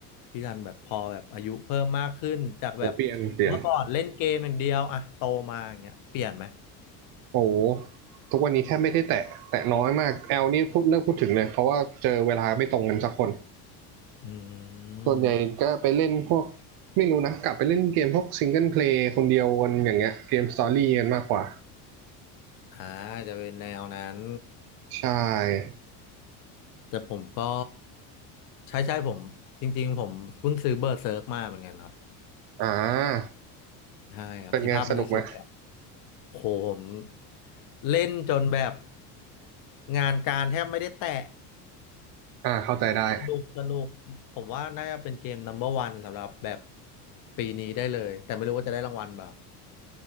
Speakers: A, on the left; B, on the right.
A: พี่รันแบบพอแบบอายุเพิ่มมากขึ้นจากแบบ
B: โอ้เปลี่ยนเปลี่ยน
A: เมื่อก่อนเล่นเกมอย่างเดียวอะโตมาอย่างเงี้ยเปลี่ยนไหม
B: โอ้ทุกวันนี้แทบไม่ได้แตะแตะน้อยมากแอลนี่พูดเลิกพูดถึงเลยเพราะว่าเจอเวลาไม่ตรงกันสักคน
A: อืม
B: ส่วนใหญ่ก็ไปเล่นพวกไม่รู้นะกลับไปเล่นเกมพวกซิงเกิลเพลย์คนเดียวกันอย่างเงี้ยเกมสตอรี่กันมากกว่า
A: อ่าจะเป็นแนวนั้น
B: ใช่
A: แต่ผมก็ใช่ใช่ผมจริงๆผมเพิ่งซื้อเบอร์เซิร์กมาเหมือนกันครับ
B: อ่า
A: ใช่ครับที่ภาพมันสวย
B: เป็นไงสนุกไหม
A: โหผมเล่นจนแบบงานการแทบไม่ได้แตะ
B: อ่าเข้าใจได้
A: สนุกสนุกผมว่าน่าจะเป็นเกม number one สำหรับแบบปีนี้ได้เลยแต่ไม่รู้ว่าจะได้รางวัลเปล่า